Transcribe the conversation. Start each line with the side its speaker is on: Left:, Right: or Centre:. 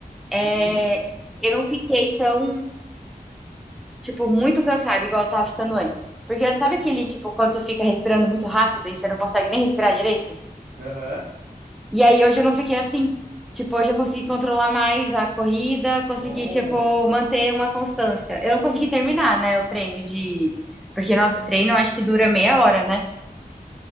Centre: é,
Right: Uhum,
Centre: eu não fiquei tão, tipo, muito cansada, igual eu tava ficando antes. Porque sabe aquele, tipo, quando você fica respirando muito rápido e você não consegue nem respirar direito?
Right: aham.
Centre: E aí hoje eu não fiquei assim. Tipo, hoje eu consegui controlar mais a corrida,
Right: Que
Centre: consegui,
Right: bom.
Centre: tipo, manter uma constância. Eu não consegui terminar, né, o treino de... Porque nosso treino eu acho que dura meia hora, né?